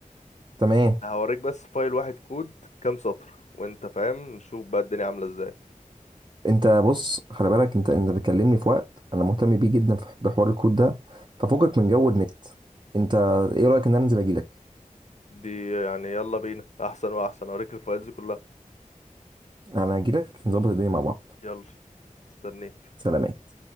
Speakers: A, on the right; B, on the left.
A: تمام
B: هوريك بس فايل واحد كود كام سطر وانت فاهم نشوف بقى الدنيا عاملة ازاي
A: انت بص خلي بالك انت انت بتكلمني في وقت انا مهتم بيه جدا في بحوار الكود ده ففوقك من جو النت انت ايه رايك ان انا انزل اجيلك
B: دي يعني يلا بينا احسن واحسن هوريك الفايلز كلها
A: انا اجيلك نظبط الدنيا مع بعض
B: يلا استنيك
A: سلام